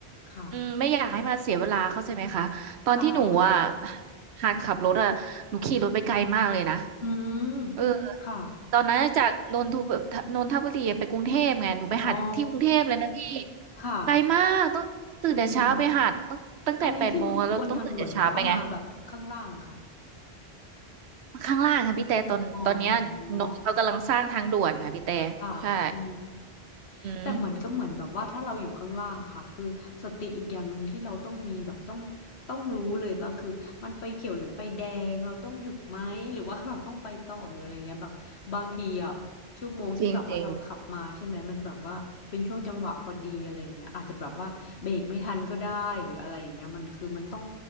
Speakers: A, on the left; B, on the right.
A: ค่ะ
B: อืมไม่อยากให้มาเสียเวลาเข้าใจไหมคะตอนที่หนูอ่ะ
A: ใช่ค่ะ
B: หัดขับรถอ่ะหนูขี่รถไปไกลมากเลยนะ
A: อืม
B: เออ
A: ค่ะ
B: ตอนนั้นจากนนทบุนนทบุรีไปกรุงเทพไงหนูไปหัดที่กรุงเทพเลยนะพี่
A: อ๋อค่ะ
B: ไกลมากต้องตื่นแต่เช้าไปหัดต้องตั้งแต่แปดโมงอะเราต้องตื่นแต่เช้าไปไง
A: อืมอันนี้ขึ้นบนทางด่วนหรือว่ามาแบบข้างล่างค่ะ
B: ข้างล่างค่ะพี่แต่ตอนตอนเนี้ยนนท์เขากำลังสร้างทางด่วนค่ะพี่แต่ใช่
A: อ๋อค่ะค่ะอืม
B: อืม
A: แต่เหมือนก็เหมือนแบบว่าถ้าเราอยู่ข้างล่างค่ะคือสติอีกอย่างหนึ่งที่เราต้องมีแบบต้องต้องรู้เลยว่าคือมันไฟเขียวหรือไฟแดงเราต้องหยุดไหมหรือว่าเราต้องไปต่อหรืออะไรเงี้ยแบบบางทีอ่ะชั่วโมงที่แบบว่าเราขับมาใช่ไหมมันแบบว่าเป็นช่วงจังหวะพอดีอะไร่าเงี้ยอาจจะแบบว่าเบรกไม่ทันก็ได้หรืออะไรอย่างเงี้ยมันคือมันต้อง
B: จริงจริง